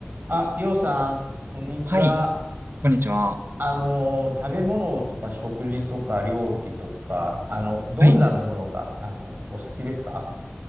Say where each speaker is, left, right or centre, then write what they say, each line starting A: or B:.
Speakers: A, on the right; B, on the right.
A: あ、りょうさん、こんにちは。
B: はい、こんにちは。
A: あのー、食べ物とか食事とか料理とか、あの、どんなものが、
B: はい。
A: あの、お好きですか